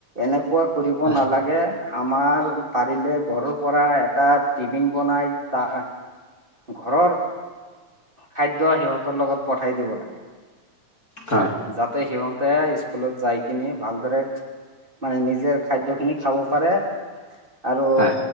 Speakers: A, on the right; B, on the left.
A: এনেকুৱা কৰিব
B: হয়
A: নালাগে আমাৰ পাৰিলে ঘৰৰ পৰা এটা টিফিন বনাই তা ঘৰৰ খাদ্য সিহঁতৰ লগত পঠাই দিব লাগে।
B: হয়।
A: যাতে সিহঁতে ইস্কুলত যায় কিনি ভালদৰে মানে নিজে খাদ্য খিনি খাব পাৰে, আৰু
B: হয়।